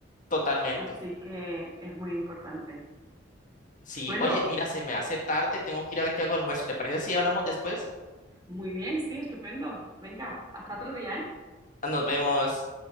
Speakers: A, on the left; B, on the right.
A: Totalmente.
B: Así que es muy importante.
A: Sí,
B: Bueno,
A: oye, mira, se me hace tarde, tengo que ir a ver qué hago de almuerzo. ¿Te parece si hablamos después?
B: muy bien, sí, estupendo. Venga, hasta otro día, ¿eh?
A: Nos vemos.